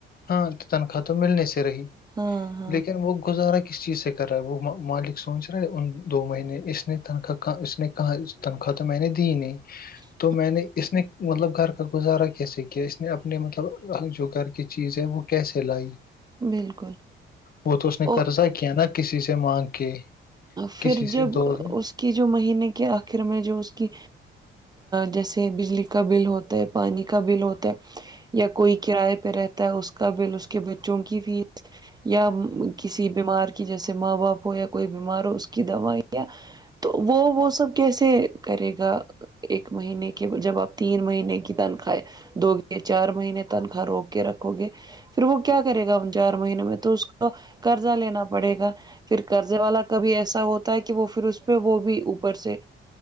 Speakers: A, on the left; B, on the right.
A: ہاں تو تنخواہ تو ملنے سے رہی
B: ہاں ہاں
A: لیکن وہ گزارا کس چیز سے کر وہ مالک سوچ رہے ہیں ان دو مہینے اس نے تنخواہ کہاں اس نے کہاں تنخواہ تو میں نے دی نہیں
B: <unintelligible>
A: تو میں نے اس نے مطلب گھر کا گزارا کیسے کیا اس نے اپنے مطلب جو گھر کی چیز ہے وہ کیسے لائی
B: بالکل
A: وہ تو اس نے
B: اور
A: قرضہ کیا نا کسی سے مانگ کے
B: پھر
A: کسی
B: جب
A: سے دو وہ
B: اس کی جو مہینے کے آخر میں جو اس کی جیسے بجلی کا بل ہوتا ہے پانی کا بل ہوتا ہے یا کوئی کراائے پہ رہتا ہے اس کا بل اس کے بچوں کی فیس یا کسی بیمار کی جیسے ماں باپ ہو یا کوئی بیمار ہو اس کی دوا یا تو وہ وہ سب کیسے کرے گا ایک مہینے کے جب آپ تین مہینے کی تنخائے دو گ چار مہینے تنخواہ روک کے رکھو گے پھر وہ کیا کرے گا ہم چار مہینے میں تو اس کو قضہ لینا پڑے گا پھر قرضے والا کبھی ایسا ہوتا ہے کہ وہ پھر اس پہ وہ بھی اوپر سے